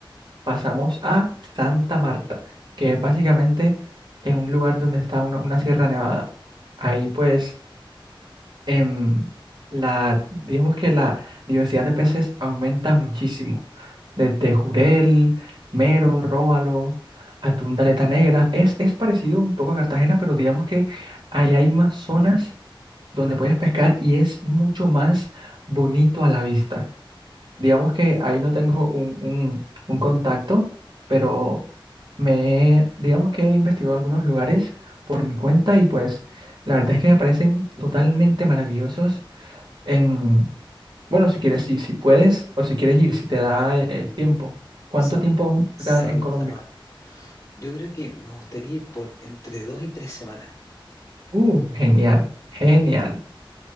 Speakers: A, on the right (about 60°); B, on the left (about 35°).
A: pasamos a Santa Marta, que es básicamente en un lugar donde está una, una sierra nevada. Ahí pues, em, la, digamos que la diversidad de peces aumenta muchísimo. Desde jurel, mero, róbalo, atún de aleta negra. Es, es parecido un poco a Cartagena, pero digamos que ahí hay más zonas donde puedes pescar y es mucho más bonito a la vista. Digamos que ahí no tengo un, un- un contacto, pero me, he- digamos que he investigado algunos lugares por mi cuenta y pues la verdad es que me parecen totalmente maravillosos. en- bueno, si quieres, si, si puedes o si quieres ir, si te da e- el tiempo. ¿Cuánto
B: San-
A: tiempo vas a
B: Santa
A: estar acá en Colombia?
B: Marta. Yo creo que me gustaría ir por entre dos y tres semanas.
A: Uh, genial, genial.